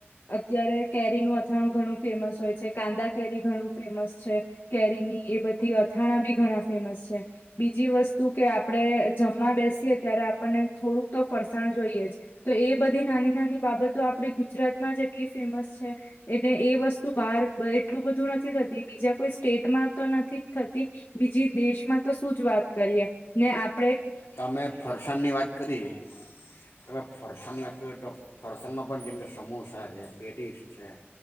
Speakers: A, on the left; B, on the left.
A: અત્યારે કેરીનું અથાણું ઘણું ફેમસ હોય છે કાંદા કેરી ઘણું ફેમસ છે કેરીની એ બધી અથાણા બી ઘણા ફેમસ છે બીજી વસ્તુ કે આપણેે જમવા બેસીએ ત્યારે આપણને થોડુંક તો ફરસાણ જોઈએ જ તો એ બધી નાની નાની બાબતો આપડી ગુજરાતમાં જ એટલી ફેમસ છે એને એ વસ્તુ બહાર એટલું બધું નથી થતી બીજા કોઈ સ્ટેટમાં તો નથી જ થતી બીજી દેશમાં તો શું વાત કરીએ ને આપ
B: તો અમે ફરસાણની વાત કરી તમે ફરસાણની વાત કરી તો ફરસાણમાં પણ જેમકે સમોસા છે પેટીસ છે